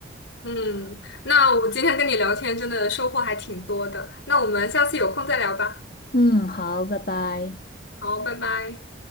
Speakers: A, on the left (about 85°); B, on the left (about 50°).
A: 嗯，那我今天跟你聊天真的收获还挺多的，那我们下次有空再聊吧。
B: 嗯，好，拜拜。
A: 好，拜拜。